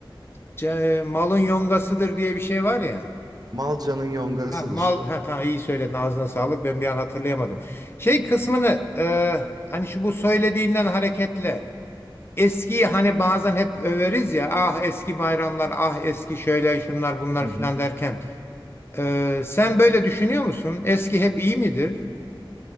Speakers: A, on the left; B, on the right.
A: ca- malın yongasıdır diye bir şey var ya.
B: Malca'nın yongasıdır.
A: Ha, mal ha, tamam iyi söyledin ağzına sağlık ben bir an hatırlayamadım. Şey kısmını e, hani şu bu söylediğinden hareketle Eskiyi hani bazen hep överiz ya ah eski bayramlar ah eski şöyle şunlar bunlar
B: Hı hı.
A: filan derken Ee, sen böyle düşünüyor musun? Eski hep iyi midir?